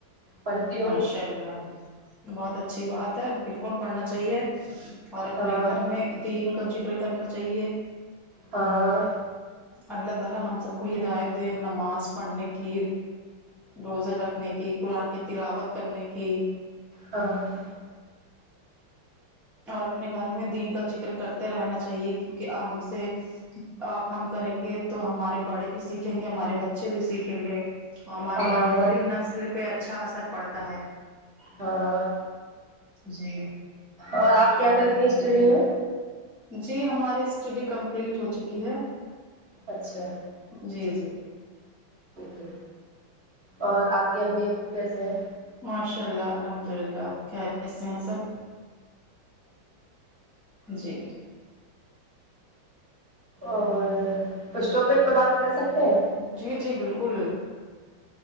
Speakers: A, on the right; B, in the centre.
A: پڑھتی ہوں
B: ماشاء اللہ بہت اچھی بات ہے بالکل پڑھنا چاہیے اور اپنے
A: ہاں
B: گھر میں دین کا ذکر کرنا چاہیے
A: ہاں
B: اللہ تعالی ہم سب کو ہدایت دے نماز پڑھنے کی روزہ رکھنے کی قرآن کی تلاوت کرنے کی
A: ہاں
B: اور اپنے گھر میں دین کا ذکر کرتے رہنا چاہیے کیونکہ ہم سے آپ ہم کریں گے تو ہمارے بڑے بھی سیکھیں گے ہمارے بچے بھی سیکھیں گے ہماری
A: ہاں ہاں
B: آنے والی نسل پہ اچھا اثر پڑتا ہے
A: ہاں ہاں
B: جی
A: اور آپ کیا کرتی ہیں اسٹڈی میں
B: جی ہماری اسٹڈی کمپلیٹ ہو چکی ہے
A: اچھا
B: جی جی
A: جی اور آپ کے امی ابو کیسے ہیں
B: ماشاء اللہ الحمد للہ خیریت سے ہیں سب جی
A: اور کچھ ٹاپک پہ بات کر سکتے ہیں
B: جی جی بالکل